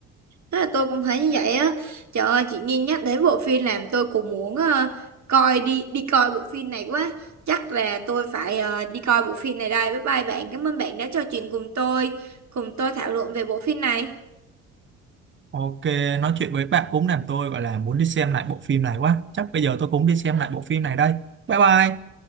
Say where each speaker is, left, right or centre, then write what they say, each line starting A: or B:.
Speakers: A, on the right; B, on the right.
A: Thế là tôi cũng thấy như vậy á. Trời ơi, chị Nhi nhắc đến bộ phim làm tôi cũng muốn ờ, coi đi đi coi bộ phim này quá. Chắc là tôi phải ờ, đi coi bộ phim này đây. Bye bye bạn. Cảm ơn bạn đã trò chuyện cùng tôi, cùng tôi thảo luận về bộ phim này.
B: Ok, nói chuyện với bạn cũng làm tôi gọi là muốn đi xem lại bộ phim này quá. Chắc bây giờ tôi cũng đi xem lại bộ phim này đây. Bye bye.